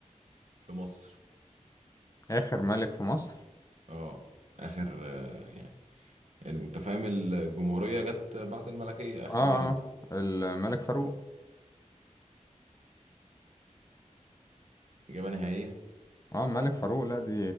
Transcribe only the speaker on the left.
اخر ملك في مصر
اه
اه
الملك فاروق
اه ملك فاروق لا دي